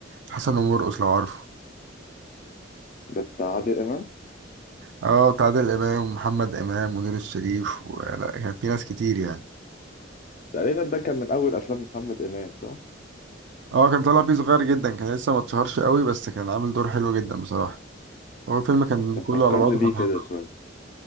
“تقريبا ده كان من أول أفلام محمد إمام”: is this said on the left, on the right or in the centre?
Left